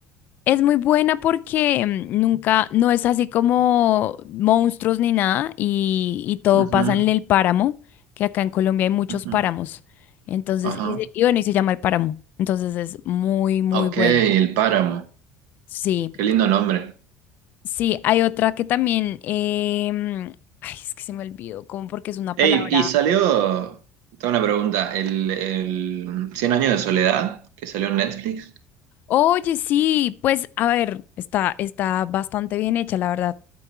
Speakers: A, on the left; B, on the right.
A: Es muy buena porque mm, nunca, no es así como monstruos ni nada y, y todo
B: Ujú,
A: pasa en el páramo, que acá en Colombia hay muchos
B: ujú,
A: páramos. Entonces,
B: ajá.
A: y, se- y bueno, y se llama El Páramo. Entonces es muy, muy
B: Ok,
A: bueno.
B: El Páramo.
A: Sí,
B: Qué lindo nombre.
A: sí, hay otra que también, em, ay, es que se me olvidó, como porque es una
B: Ey,
A: palabra.
B: y salió, tengo una pregunta, el, el cien años de soledad que salió en Netflix.
A: Oye, sí, pues a ver, está, está bastante bien hecha, la verdad.